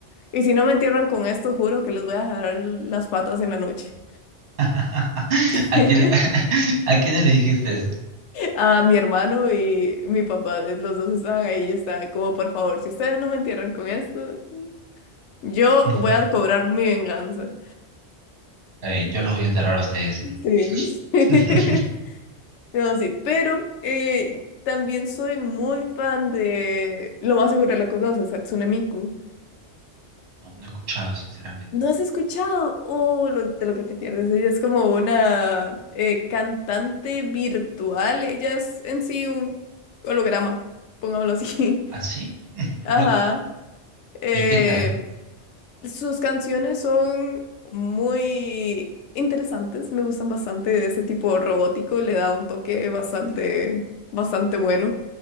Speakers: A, on the left; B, on the right.
A: Y si no me entierran con esto, juro que les voy a jalar las patas en la noche.
B: <laughs>
A: <laughs>
B: ¿A quién le, <laughs> a quién le dijiste eso?
A: a mi hermano y mi papá, eh, los dos estaban ahí, yo estaba como, por favor, si ustedes no me entierran con esto, yo
B: <laughs>
A: voy a cobrar mi venganza.
B: Está bien, yo los voy a enterrar a ustedes, si no.
A: Sí. <laughs>
B: <laughs>
A: No, sí, pero eh, también soy muy fan de, lo más seguro la conoces, Hatsune Miku.
B: No, no he escuchado, sinceramente.
A: ¿No has escuchado? Oh, lo- de lo que te pierdes. Ella es como una eh, cantante virtual. Ella es en sí un holograma, pongámoslo así.
B: ¿Así? <laughs>
A: <laughs> Ajá.
B: Loco.
A: Eh,
B: ¿Y qué tal?
A: sus canciones son muy interesantes, me gustan bastante de ese tipo robótico, le da un toque bastante, bastante bueno.